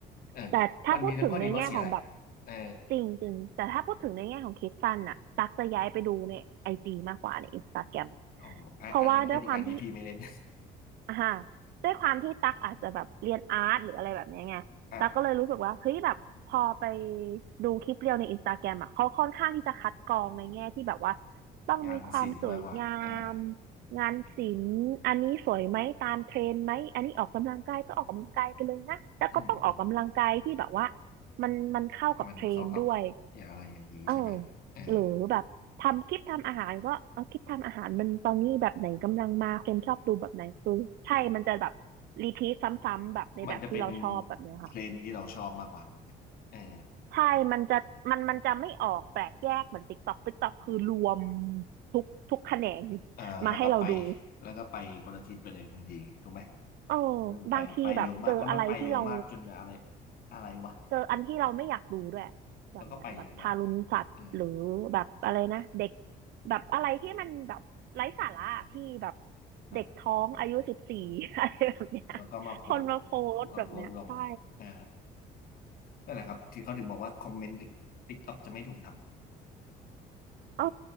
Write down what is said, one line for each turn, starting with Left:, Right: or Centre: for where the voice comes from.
Left: เออ
Right: แต่ถ้าพูดถึงในแง่ของแบบ
Left: มันมีทั้งข้อดีข้อเสียแหละเออ
Right: จริงจริงแต่ถ้าพูดถึงในแง่ของคลิปสั้นน่ะตักจะย้ายไปดูในไอจีมากกว่าในอินสตาแกรม
Left: อ๋ออันอันอันเป็นอีกอันที่พี่ไม่เล่น
Right: เพราะว่าด้วยความที่ อ่าฮะด้วยความที่ตักอาจจะแบบเรียนอาร์ตหรืออะไรแบบเนี้ยไงตักก็เลยรู้สึกว่าเฮ้ยแบบพอไป
Left: <laughs> อ่ะ
Right: ดูคลิปเรียวในอินสตาแกรมอ่ะเขาค่อนข้างที่จะคัดกรองในแง่ที่แบบว่าต้องมีความสวยงาม
Left: งานศิลป์มากกว่าอ่า
Right: งานศิลป์อันนี้สวยไหมตามเทรนด์ไหมอันนี้ออกกำลังกายก็ออกกำลังกายไปเลยนะแต่ก็ต้องออกกำลังกายที่แบบว่า
Left: อืมอืม
Right: มันมันเข้ากับเทรนด์ด้วย
Left: มันเข้ากับอย่างอะไรอย่างนี้ใช่ไหมเออ
Right: เออหรือแบบทำคลิปทำอาหารก็เอาคลิปทำอาหารมันตอนนี้แบบไหนกำลังมาคนชอบดูแบบไหนคือใช่มันจะแบบรีพีทซ้ำๆแบบในแบบที่เราชอบแบบเนี้ยค่ะ
Left: มันจะเป็นเทรนด์ที่เราชอบมากกว่าถูกไหมเออ
Right: ใช่มันจะมันมันจะไม่ออกแปลกแยกเหมือนติ๊กต็อกติ๊กตอกคือรวมทุกทุกแขนง
Left: เออแล้วก็ไป
Right: มาให้เราดู
Left: แล้วก็ไปคนละทิศไปเลยบางทีถูกไหม
Right: เออ
Left: มันไปไปเร็วมากแล้วมันไปเร็วมากจนอะไร
Right: บางทีแบบเจออะไรที่เรา
Left: อะไรวะ
Right: เจออันที่เราไม่อยากดูด้วยแบบเนี้ยแบบทารุณสัตว์หรือแบบอะไรนะเด็ก
Left: แล้วก็ไปเร็วมากเอออ่ะ
Right: แบบอะไรที่มันแบบไร้สาระที่แบบ
Left: ครับ
Right: เด็กท้องอายุสิบสี่ <laughs> อะไรแบบเนี้ย
Left: แล้วก็มาโพสต์
Right: คนมาโพสต์แบบเนี้ยใช่
Left: มาโพสต์ลงอ่านั่นแหละครับที่เขาถึงบอกว่าคอมเมนต์ติ๊กต็อกจะไม่ถูกทำ
Right: เออ